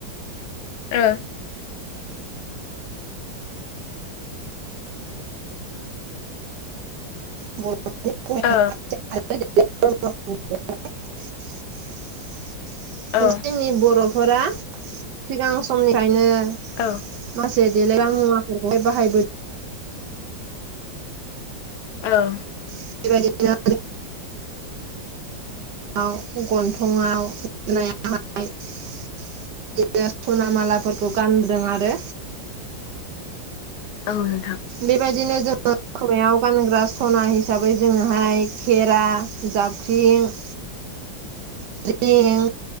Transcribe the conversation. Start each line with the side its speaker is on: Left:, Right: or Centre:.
Left: ओ
Right: <unintelligible> <unintelligible> जोंनि
Left: औ औ
Right: बर'फोरा सिगां समनिफ्रायनो
Left: औ
Right: मासे देलायग्रा मुवाफोरखौहाय बाहायबो
Left: औ
Right: <unintelligible> आव गन्थंआव <unintelligible> बिदिनो सना मालाफोरखौ गानबोदों आरो
Left: औ नोंथां
Right: बेबायदिनो जोङो खोमायाव गानग्रा सना हिसाबै जोङोहाय खेरा जाबख्रिं <unintelligible>